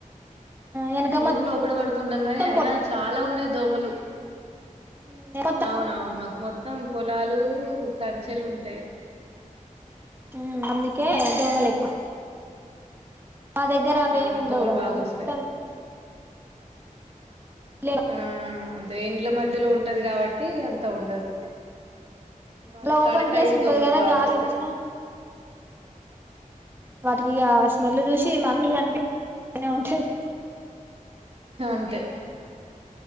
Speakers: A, on the right; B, on the right.
A: వెనక
B: మేము లోపల పడుకుంటాం
A: మొత్తం
B: కానీ అయినా చాలా ఉన్నాయి. దోమలు.
A: పొలం మొత్తం
B: అవునవును మాకు మొత్తం పొలాల్ లు కంచెలు ఉంటాయి
A: హ అందుకే దోమలు ఎక్కువ మా దగ్గర అవే
B: అవును
A: ఏమి ఉండవు
B: దోమలు
A: కదా
B: బాగా
A: మొత్తం
B: వస్తాయి
A: ఇల్లే
B: ఆ అదే ఇండ్ల మధ్యలో ఉంటది కాబట్టి అంత ఉండదు మరి
A: అలా ఓపెన్
B: కడకాయి
A: ప్లేస్ ఉంటది
B: దోమలు
A: కదా
B: బాగ
A: గాలి
B: వస్తయి
A: వచ్చినా వాటికి ఆ స్మెల్ చూసి మందు కనిపె అనే ఉంటద్
B: అంతే